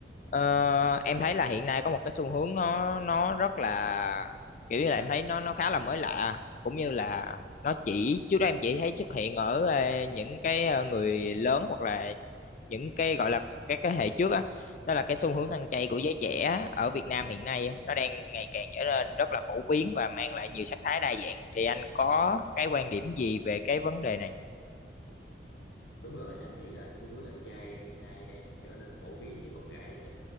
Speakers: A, on the left; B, on the left.
A: Ờ, em thấy là hiện nay có một cái xu hướng nó nó rất là kiểu như là em thấy nó nó khá là mới lạ cũng như là nó chỉ trước đó em chỉ thấy xuất hiện ở ờ, những cái ờ, người lớn hoặc là những cái gọi là các cái hệ trước á đó là cái xu hướng ăn chay
B: Ừ.
A: của giới trẻ ở Việt Nam hiện nay á, nó đang ngày càng trở nên rất là phổ biến và mang lại nhiều sắc thái đa dạng thì anh có cái quan điểm gì về cái vấn đề này?
B: Đúng rồi, anh nghĩ là xu hướng ăn chay hiện nay đang trở nên phổ biến như gọng ghẽ đó em.